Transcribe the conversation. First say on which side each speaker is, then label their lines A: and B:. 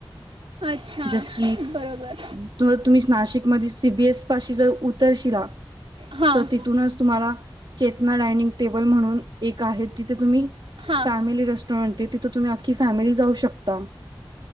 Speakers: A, on the right; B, on the right.
A: अच्छा
B: जस की,
A: बरोबर.
B: तू तुम्ही नाशिक मधीच सीबीएस पाशी जर उतरशिला,
A: हां,
B: तर तिथूनच तुम्हाला चेतना डायनिंग टेबल म्हणून एक आहे, तिथे तुम्ही
A: हां.
B: फॅमिली रेस्टॉरंट तिथ तुम्ही अख्खी फॅमिली जाऊ शकता.